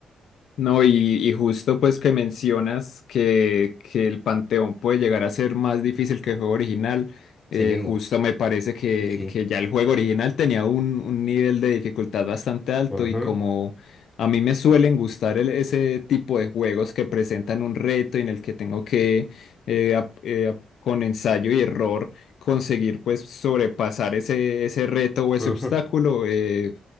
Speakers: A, on the left; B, on the left.
A: No, y, y justo pues que mencionas que, que el Panteón puede llegar a ser más difícil que el juego original, eh,
B: Sí,
A: justo me parece que,
B: sí. sí.
A: que ya el juego original tenía un, un nivel de dificultad bastante alto
B: Ujú,
A: y como a mí me suelen gustar el- ese tipo de juegos que presentan un reto y en el que tengo que eh, ap- eh, ap- con ensayo y error conseguir pues sobrepasar ese, ese reto o ese
B: ujú.
A: obstáculo. eh,